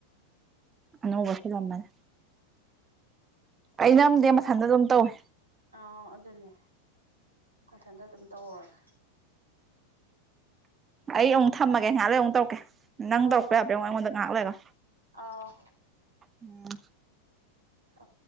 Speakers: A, on the right; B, on the right.
A: ꯑꯅꯧꯕ ꯁꯤꯂꯝꯃꯅꯤ ꯑꯩ ꯅꯝꯗꯦ ꯃꯊꯟꯗ ꯑꯗꯨꯝ ꯇꯧꯏ
B: ꯑꯥ ꯑꯗꯨꯅꯦ ꯃꯊꯟꯇ ꯑꯗꯨꯝ ꯇꯧꯍꯧꯔꯒ
A: ꯑꯩ ꯑꯃꯨꯛ ꯊꯝꯃꯒꯦ ꯉꯥꯏꯍꯥꯟ ꯂꯩ ꯑꯃꯨꯛ ꯇꯧꯀꯦ ꯅꯪ
B: ꯍꯣꯏ
A: ꯇꯧꯔꯛꯄ
B: ꯍꯣꯏ
A: ꯌꯥꯕ꯭ꯔꯥꯡꯉꯣ
B: ꯍꯣꯏ
A: ꯑꯩꯉꯣꯟꯗ ꯉꯥꯏꯍꯥꯛ ꯂꯩꯒ
B: ꯑꯥ
A: ꯎꯝ
B: ꯊ